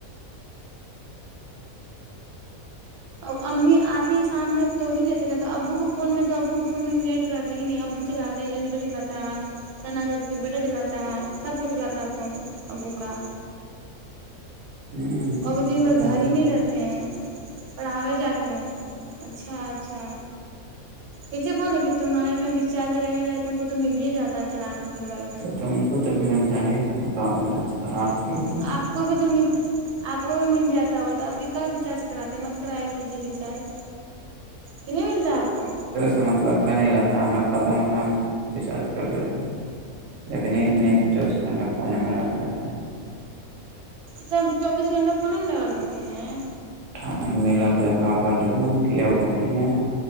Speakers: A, on the right (about 90°); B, on the right (about 65°).
A: ا امی آتی شام میں تو ہی لیتے نا تو ابو کے فون میں تو ابو کے فون میں نیٹ رہ ہی نہیں ابو چلاتے ہیں جنٹو چلاتا ہے سنا جب کے بیٹا چلاتا ہے سب کچ چلاتا ہے فون ابو کا
B: ہوں اچھا
A: اور وہ دن بھر گھر
B: ہے،
A: ہی نہیں رہتے ہیں پڑھاوے جاتے ہیں اچھا اچھا اسے بولے کہ تمہارے میں رچارج رہے نا تم کو تو مل ہی جاتا ہے چلانے کےے وائ
B: تو تم کو تو ملتا ہے تو کہ بول خراب
A: ہ
B: تھوڑی بول رہا
A: آپ کو بھی تم آپ کو بھی مل جاتا ہو تو آپ بھی کل ریچارج کراتے مت کرایا کیجے ریچارج کہ نہیں ملتا ہے آپ کو
B: مطلبا نہیں رہتا ہم ختم ہوتا ہے ہم ریچارج کر لیتے ہیں لیکن چوبیس گھنٹہ کھنے میں لگا رہتا ہے
A: س چوبیس گھنٹہ فھونے میں لگل رہتے ہیں
B: ٹائم ملا تو ہے ک بار جو من کیا وہ کی ہیں